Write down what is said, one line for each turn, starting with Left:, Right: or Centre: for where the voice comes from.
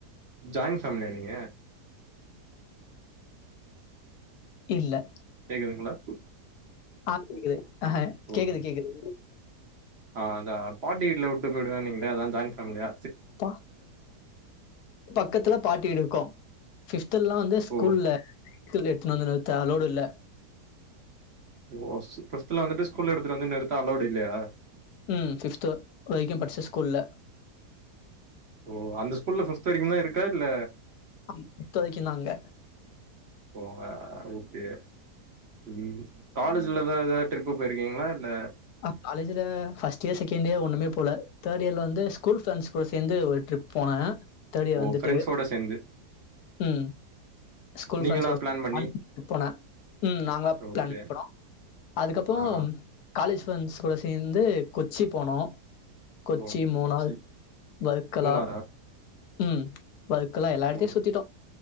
Right: ஜாயிண் ஃபேமிலியா நீங்க
Left: இல்ல
Right: கேக்குதுங்ளா
Left: ஆ கேக்குது அஹ
Right: ஓ
Left: கேக்குது கேக்குது
Right: ஆ அதான் பாட்டி விட்ல விட்டு போயிடுவேன் நீங்ளே அதா ஜாயின் ஃபேம்லியா
Left: பா பக்கத்துல பாட்டி வீடு இக்கு ஃபிஃப்தெல்லா வந்து ஸ்கூல்ல
Right: ஓ
Left: எத்துனு வந்து விந்தன் அலோடு இல்ல
Right: ஓ ஃபிஃப்த்ல வந்துட்டு ஸ்கூல்ல எடுத்துட்டு வந்து நிறுத்த அலோடு இல்லையா
Left: ம் ஃபிஃப்த் வரைக்கு படிச்ச ஸ்கூல்ல
Right: ஓ அந்த ஸ்கூல்ல ஃபிஃபித் வரைக்குந்தா இருக்கா இல்ல
Left: அம் ஃபிஃபித் வரைக்குந்தான் அங்க
Right: ஒ அ அதுக்கு ம் காலேஜ்லதா எதா ட்ரிப்பு போயிருக்கீங்களா இல்ல
Left: அ காலேஜில ஃபஸ்ட் இயர் செகண்ட் இயர் ஒண்ணுமே போல தேர்டியர்லந்து ஸ்கூல் ஃப்ரண்ட்ஸ் கூட சேந்து ஒரு ட்ரிப் போனே தேர்டியர்
Right: ஓ
Left: வந்துட்டு
Right: ஃப்ரெண்ட்ஸோட சேந்து
Left: உம் ஸ்கூல்
Right: நீங்களா
Left: ஃப்ரெண்ட்ஸோட
Right: பிளான் பண்ணி
Left: <unintelligible> போனே உம் நாங்களா பிளான்
Right: ஓகே
Left: பண்ணோ அதுக்கப்போம்
Right: ஆ
Left: காலேஜ் ஃப்ரெண்ட்ஸ் கூட சேந்து கொச்சி போனோ கொச்சி
Right: ஓ
Left: மூணால்
Right: கொச்சி
Left: வல்க்கலா
Right: மூணாரா
Left: உம் வல்க்கலா எல்லா எடத்தையு
Right: ஓ
Left: சுத்திட்டோ